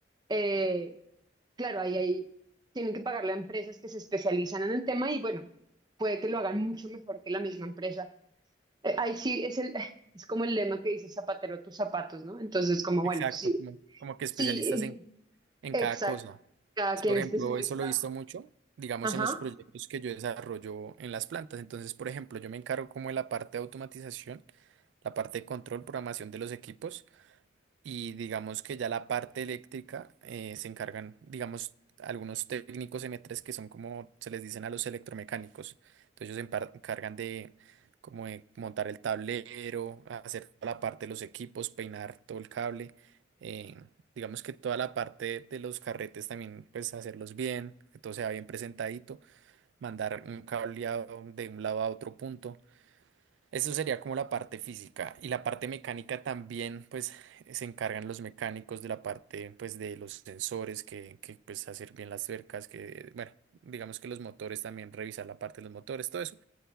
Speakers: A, on the right (about 20°); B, on the right (about 80°).
A: eh, claro, ahí hay, tienen que pagarle a empresas que se especializan en el tema y bueno, puede que lo hagan mucho mejor que la misma empresa eh, Ahí sí es el, <laughs> es como el lema que dice zapatero a tus zapatos, ¿no? Entonces, como
B: Exacto,
A: bueno, sí,
B: Como, como que especialistas
A: sí,
B: en, en
A: exacto.
B: cada cosa.
A: Cada
B: Es,
A: quien
B: Por
A: es
B: ejemplo,
A: especialista.
B: eso lo he visto mucho, digamos,
A: Ajá.
B: en los proyectos que yo desarrollo en las plantas. Entonces, por ejemplo, yo me encargo como de la parte de automatización, la parte de control, programación de los equipos. Y digamos que ya la parte eléctrica eh, se encargan, digamos, algunos técnicos m tres que son como se les dicen a los electromecánicos. Entonces ellos se empar- encargan de como de montar el tablero, hacer toda la parte de los equipos, peinar todo el cable. eh, digamos que toda la parte de los carretes también, pues hacerlos bien, que todo sea bien presentadito, mandar un cableado de un lado a otro punto. Eso sería como la parte física y la parte mecánica también, pues se encargan los mecánicos de la parte, pues de los sensores que, que pues hacer bien las cercas, que bueno, digamos que los motores también revisar la parte de los motores, todo eso.